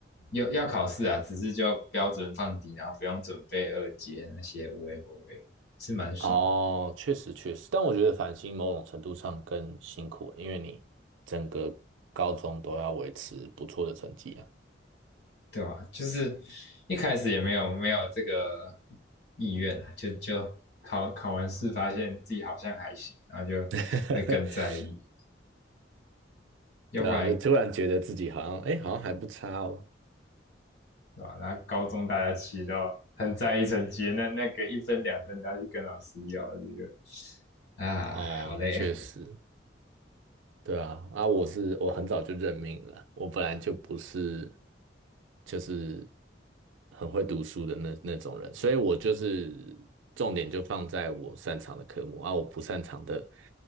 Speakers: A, on the left (about 60°); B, on the right (about 90°).
A: 有要考试啊，只是就标准放低，然后不用准备二阶那些无为不为，是蛮爽的，
B: 哦，确实确实，但我觉得繁星某种程度上更辛苦了，因为你整个高中都要维持不错的成绩啊。
A: 对吧、就是一开始也没有没有这个意愿啊，就就考考完试发现自己好像还行，然后就会更在意，
B: <laughs>
A: 要不然
B: 对啊，就突然觉得自己好像，哎，好像还不差哦。
A: 对吧、然后高中大家其实都很在意成绩，那那个一分两分都要去跟老师要，这个啊好累
B: 哦，确实。对啊，啊，我是我很早就认命了，我本来就不是就是很会读书的那那种人，所以我就是重点就放在我擅长的科目啊，我不擅长的